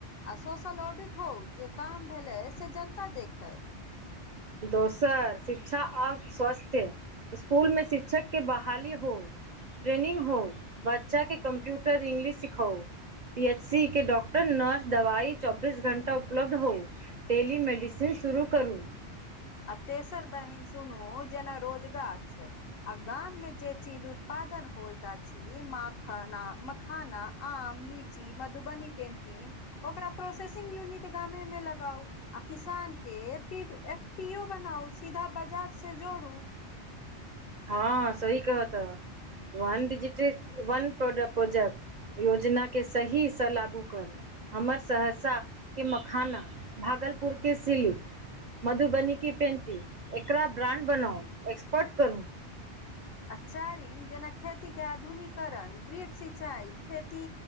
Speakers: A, on the left; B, on the right.
A: आ सोशल ऑडिट हो जे काम भेलै से जनता देखै।
B: दोसर शिक्षा आ स्वस्थ्य इसकुल मे शिक्षक के बहाली हो, ट्रेनिंग हो, बच्चाके कम्प्यूटर इंग्लिश सिखाउ। पी एच सी के डाॅक्टर, नर्स दवाई चौ बीस घण्टा उपलब्ध हो, डेली मेडिसिन शुरू करू।
A: आ तेसर बहिन सुनू जेना रोजगार छै। आ गाम मे जे चीज उत्पादन होएत अछि, माखाना मखाना, आम, ली ची मधुबनी पेन्टिंग ओकरा प्रोसेसिंग यूनिट गामेमे लगाउ। आ किसान के पीब एफ पी ओ बनाउ, सीधा बजार से जोड़ु।
B: हां सही कहता। वन डिजिट, वन प्रोडे प्रोजेक्ट योजना के सही से लागू करू, हमर सहरसा के मखाना, भागलपुर के सिल्क, मधुबनी के पेंटिंग एकरा ब्राण्ड बनाउ, एक्सपर्ट करू।
A: आ चारिम जेना खेती के आधुनीकरण, ड्रिप सिंचाई, खेती